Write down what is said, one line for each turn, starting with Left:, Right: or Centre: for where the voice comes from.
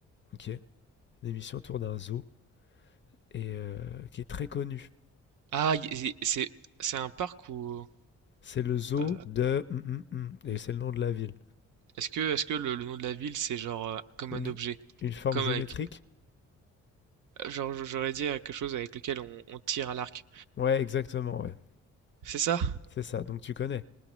Left: ok? Une émission autour d'un zoo et euh, qui est très connue.
Right: Ah, y- y- c'est c'est un parc ou
Left: C'est le zoo
Right: euh,
Left: de hum, hum, hum, et c'est le nom de la ville.
Right: est-ce que est-ce que le, le nom de la ville c'est genre euh, comme
Left: Une,
Right: un objet,
Left: une forme
Right: comme
Left: géométrique?
Right: avec Genre, j'aurais dit euh, quelque chose avec lequel on, on tire à l'arc.
Left: Ouais, exactement, ouais.
Right: C'est ça?
Left: C'est ça, donc tu connais.